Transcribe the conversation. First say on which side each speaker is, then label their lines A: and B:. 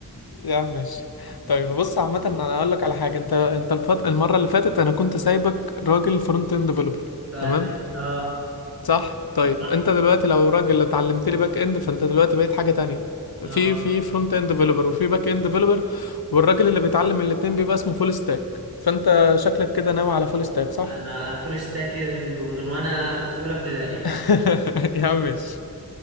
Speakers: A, on the left (about 75°); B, on the right (about 40°).
A: يا عم ماشي طيب بص عامة انا هقول لك على حاجة انت انت الفت... المرة اللي فاتت انا كنت سايبك راجل فرونت اند ديفلوبر
B: فعد-
A: تمام
B: اه
A: صح طيب
B: صح
A: انت دلوقتي لو راجل اتعلمت لي باك اند فانت دلوقتي بقيت حاجة تانية
B: اه
A: في في فرونت اند ديفلوبر وفي باك اند ديفلوبر والراجل اللي بيتعلم الاتنين بيبقى اسمه فول ستاك فانت شكلك كده ناوي على فول ستاك صح
B: انا فول ستاكينج من وانا في اولى ابتدائي
A: <laughs> يا عم ماشي